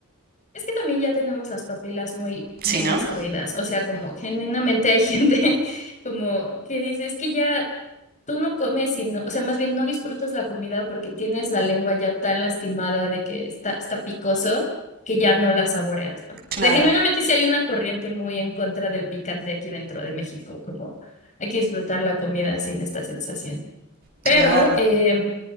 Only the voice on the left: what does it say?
Es que también ya tenemos las papilas muy,
muy
destruidas. O sea, como genuinamente hay gente <laughs> como que dice, es que ya tú no comes y no, o sea, más bien no disfrutas la comida porque tienes la lengua ya tan lastimada de que está, está picoso que ya no la saboreas, ¿no? O
sea, genuinamente sí hay una corriente muy en contra del picante aquí dentro de México, como hay que disfrutar la comida sin esta sensación.
Pero, eh,